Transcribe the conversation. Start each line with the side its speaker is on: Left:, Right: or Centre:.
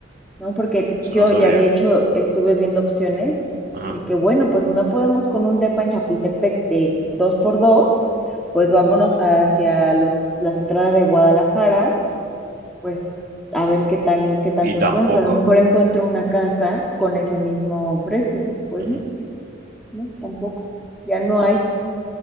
Centre: ¿no? Porque
Right: eso
Centre: yo
Right: no sabía.
Centre: ya de hecho estuve viendo opciones
Right: Ajá.
Centre: de que, bueno, pues si no podemos con un depa en Chapultepec de dos por dos, pues vámonos hacia los, la entrada de Guadalajara, pues a ver qué tal, qué tanto
Right: Y tampoco.
Centre: encuentro. A lo mejor encuentro una casa con ese mismo precio. Pues
Right: Ujú.
Centre: no, no, tampoco. Ya no hay.